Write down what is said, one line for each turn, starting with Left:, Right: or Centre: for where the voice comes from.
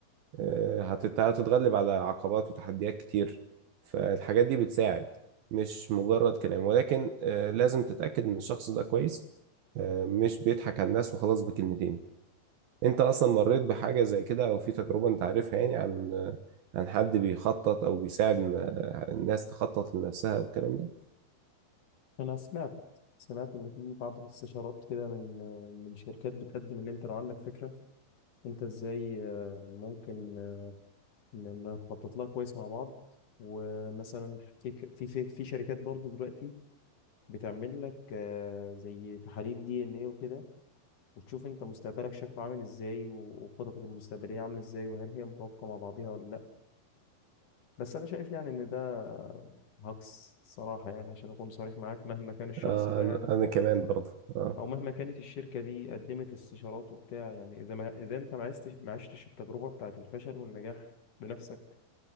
Right: آه، هتت... هتتغلب على عقبات وتحديات كتير فالحاجات دي بتساعد مش مجرد كلام ولكن آه، لازم تتأكد إن الشخص ده كويس آه، مش بيضحك على الناس وخلاص بكلمتين أنت أصلا مريت بحاجة زي كده أو في تجربة أنت عارفها يعني عن آه، عن حد بيخطط أو بيساعد إن- آه، الناس تخطط لنفسها والكلام ده
Left: أنا سمعت سمعت إن في بعض الاستشارات كده من من شركات بتقدم إن أنت لو عندك فكرة أنت إزاي آه، ممكن آه، ن- نخطط لها كويس مع بعض ومثلا في ك- في في في شركات برضو دلوقتي بتعمل لك آه، زي تحاليل دي إن إيه وكده وتشوف أنت مستقبلك شكله عامل إزاي وخططك المستقبلية عاملة إزاي وهل هي متوافقة مع بعضها ولا لأ بس أنا شايف يعني إن ده هاكس صراحة يعني عشان أكون صريح معاك مهما كان الشخص
Right: أنا
Left: ده يعني
Right: أنا كمان برضه أه
Left: او مهما كانت الشركه دي قدمت استشارات وبتاع يعني اذا ما اذا انت ما عشتش ما عشتش التجربه بتاعت الفشل والنجاح بنفسك